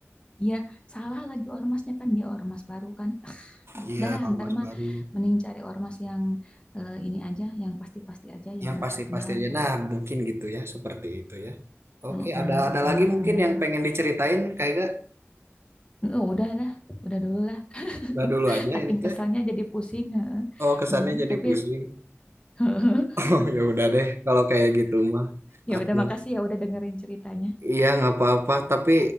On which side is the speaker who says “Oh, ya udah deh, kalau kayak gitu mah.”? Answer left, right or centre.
Right